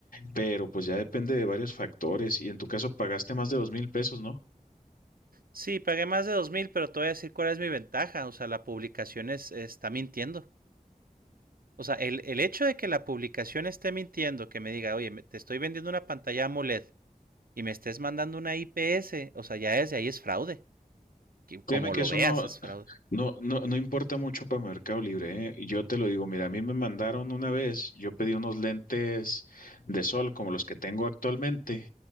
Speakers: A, on the left; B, on the right.
A: pero pues ya depende de varios factores y en tu caso pagaste más de dos mil pesos, ¿no?
B: Sí, pagué más de dos mil, pero te voy a decir cuál es mi ventaja. O sea, la publicación es, está mintiendo. O sea, el, el hecho de que la publicación esté mintiendo, que me diga, oye, me- te estoy vendiendo una pantalla AMOLED y me estés mandando una IPS, o sea, ya desde ahí es fraude. que Como
A: Créeme que
B: lo
A: eso
B: veas,
A: no,
B: es fraude.
A: No, no, no importa mucho para Mercado Libre, ¿eh? Yo te lo digo, mira, a mí me mandaron una vez, yo pedí unos lentes de sol como los que tengo actualmente,